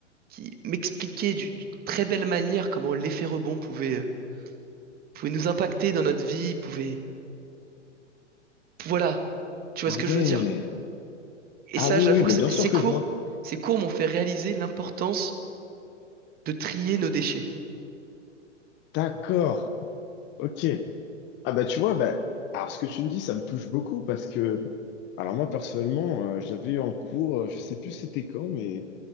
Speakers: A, on the right; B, on the left.
A: qui m'expliquaient du- d'une très belle manière comment l'effet rebond pouvait euh, pouvait nous impacter dans notre vie, pouvait... Voilà, tu vois
B: Ah
A: ce que
B: ouais.
A: je veux dire. Et
B: Ah
A: ça,
B: oui,
A: j'avoue
B: oui,
A: que
B: bah
A: c-
B: bien
A: ces
B: sûr
A: cours,
B: que je vois.
A: ces cours m'ont fait réaliser l'importance de trier nos déchets.
B: D'accord. Ok. Ah bah tu vois, bah. Alors ce que tu me dis, ça me touche beaucoup parce que. Alors moi, personnellement, euh, j'avais eu un cours, euh, je sais plus c'était quand, mais.